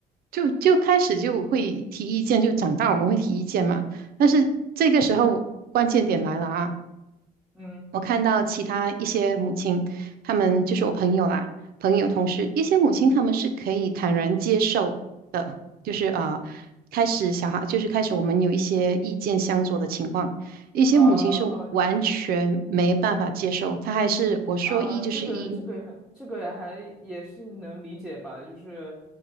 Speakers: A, on the right; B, in the centre.
A: 就就开始就会提意见，就长大我们会提意见嘛，但是这个时候关键点来了啊。
B: 嗯，
A: 我看到其他一些母亲，他们就是我朋友啦，朋友同事，一些母亲他们是可以坦然接受的，就是啊，开始小孩就是开始我们有一些意见相左的情况，一些母亲是完全没办法接受，
B: 啊呃，
A: 她还是我说一就是一，
B: 啊，这个这个也很，这个也还也是能理解吧，就是